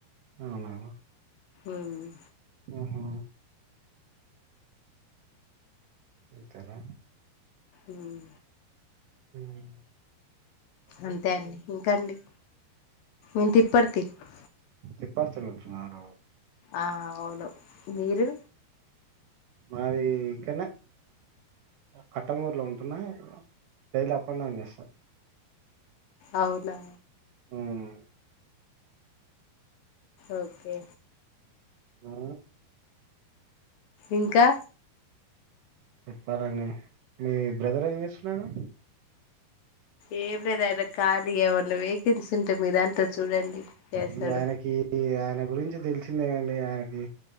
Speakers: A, on the right (about 70°); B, on the left (about 75°).
A: అవునా
B: ఉమ్
A: ఆహా ఇతలా
B: ఉమ్
A: ఉమ్
B: అంతే అండి ఇంకాండి ఇంతిప్పటి త
A: ఎప్పడు తెలుతున్నారు
B: ఆ అవును మీరు
A: మాది ఇక్కనే కట్టంగూర్లో ఉంటున్న డైలీ అప్ అండ్ డౌన్ చేస్తా
B: అవునా
A: హ్మ్
B: ఓకే
A: ఆ
B: ఇంకా
A: చెప్పాలండి మీ బ్రదర్ ఏం చేస్తున్నాడు
B: ఏం లేదాయద కాలిగా ఏవన్న వేకెన్సీ ఉంట ఉంటే మీ దాంతో చూడండి చేస్తాడు
A: ఈ ఆయనకి ఆయన గురించి తెలిసిందే కాండి ఆయనకి